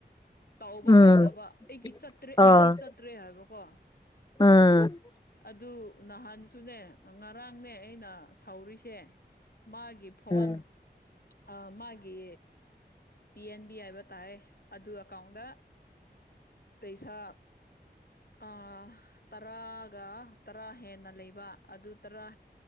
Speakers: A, on the left (about 60°); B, on the left (about 25°).
A: ꯇꯧꯕ
B: ꯎꯝ
A: ꯍꯥꯏꯇꯕ ꯑꯩꯒꯤ ꯆꯠꯇ꯭ꯔꯦ
B: ꯑꯥ
A: ꯑꯩꯒꯤ ꯆꯠꯇ꯭ꯔꯦ ꯍꯥꯏꯕꯀꯣ
B: <unintelligible>
A: ꯑꯗꯨ ꯅꯍꯥꯟꯁꯨꯅꯦ ꯉꯔꯥꯡꯅꯦ ꯑꯩꯅ ꯁꯥꯎꯔꯤꯁꯦ ꯃꯥꯒꯤꯞ ꯐꯣꯟ
B: ꯎꯝ
A: ꯑꯥ ꯃꯥꯒꯤ ꯄꯤ ꯑꯦꯟ ꯕꯤ ꯍꯥꯏꯕ ꯇꯥꯔꯦ ꯑꯗꯨ ꯑꯦꯀꯥꯎꯟꯗ ꯄꯩꯁꯥ ꯑ ꯇꯔꯥꯒ ꯇꯔꯥ ꯍꯦꯟꯅ ꯂꯩꯕ ꯑꯗꯨ ꯇꯔꯥ